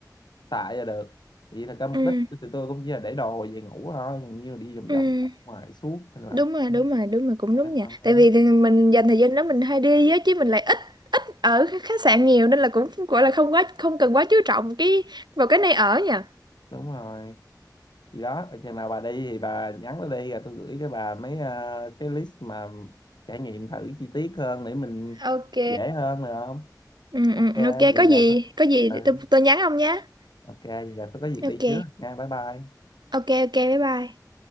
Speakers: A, on the left; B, on the right.
A: tệ là được thì thật ra mục
B: Ừ.
A: đích của tụi tôi cũng chỉ là để đồ về ngủ thôi còn như là đi vòng
B: Ừ.
A: vòng ngoài suốt nên là
B: Đúng rồi, đúng rồi, đúng rồi cũng
A: không
B: đúng
A: yên
B: nha.
A: tâm lắm
B: Tại vì thì mình dành thời gian đó mình hay đi á chứ mình lại ít ở khách khách sạn nhiều nên là cũng gọi là không quá không cần quá chú trọng cái vào cái nơi ở nha.
A: đúng rồi gì đó chừng nào bà đi thì bà nhắn nó đi rồi tôi gửi cho bà mấy ờ, cái list mà trải nghiệm thử chi tiết hơn để mình
B: Ok.
A: dễ hơn được không
B: Ừ
A: ok
B: ừ
A: vậy
B: ok có
A: là
B: gì có gì
A: ừ
B: tôi tôi nhắn ông nhé.
A: ok vậy là tôi có việc
B: Ok.
A: đi trước nha bye bye
B: Ok ok bye bye.